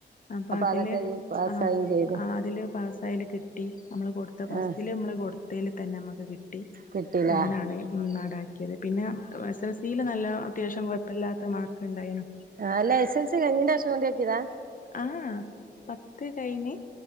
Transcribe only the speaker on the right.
അതൊക്കെ പാസ്സായും
ചെയ്ത്
ആഹ്
കിട്ടീലേ
ആ അല്ല എസ്എൽസി കഴിഞ്ഞേന്റെഷം കൊണ്ടാക്കിയതാ